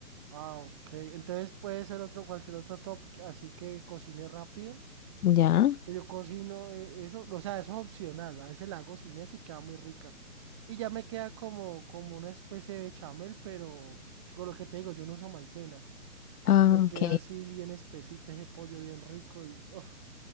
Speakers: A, on the right (about 20°); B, on the left (about 85°).
A: Ah, ok. Entonces puede ser otro, cualquier otro top, que- así que cocine rápido.
B: Ya.
A: Yo cocino eh, eso, o sea, eso es opcional. A veces la hago sin eso y queda muy rica. Y ya me queda como, como una especie de chamel, pero con lo que te digo, yo no uso maicena.
B: Ah,
A: Y me queda
B: ok.
A: así bien espesita ese pollo bien rico y uf,